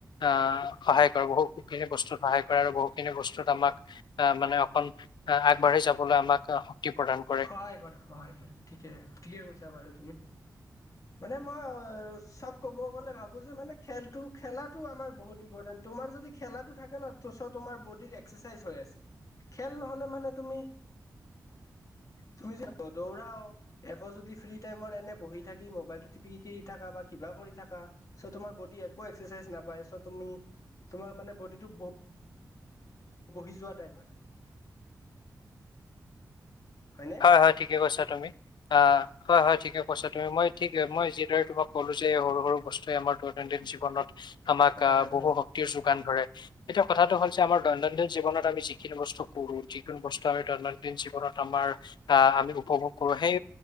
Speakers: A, on the left; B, on the left.
A: আহ সহায় কৰে বহু খিনি বস্তুত সহায় কৰে আৰু বহু খিনি বস্তুত আমাক আহ মানে অকন আগবাঢ় যাবলৈ আমাক প্ৰদান কৰে।
B: সহায় কৰে সহায় কৰে, ঠিকে ঠিকে কৈছা বাৰু তুমি। মানে মই অ চব ক'ব গলে ভাবোছো মানে খেলটো খেলাটো আমাৰ বহুত ইম্পৰ্টেণ্ তোমাৰ যদি খেলা থাকে ন তোমাৰ বডিৰ এক্সাৰচাইজ হৈ আছে। খেল নহলে মানে তুমি তুমি যদি দৌৰাও একো যদি ফ্ৰী টাইমত এনে বহি থাকি মোবাইলটো টিপি থকা বা কিবা কা কৰি থাকা চ' তোমাৰ বডি একো এক্সাৰচাইজ নাপায় চ' তুমি তোমাৰ মানে বডিটো বহ বহি যোৱা টাইপ হয়। হয়নে
A: হয় হয় ঠিকে কৈছা তুমি। অ হয় হয় ঠিকে কৈছা তুমি মই ঠিক মই যিদৰে তোমাক ক'লো যে এই সৰু সৰু বস্তুৱে আমাৰ দত দৈনন্দিন জীৱনত আমাক
B: হয় হয়
A: বহু
B: হয়
A: শক্তিৰ যোগান ধৰে। এতিয়া কথাটো হল যে আমাৰ দৈনন্দিন জীৱনত আমি যিখিনি বস্তু কৰো যোন বস্তু আমি দৈনন্দিন জীৱনত আমাৰ আহ আমি উপভোগ কৰো সেই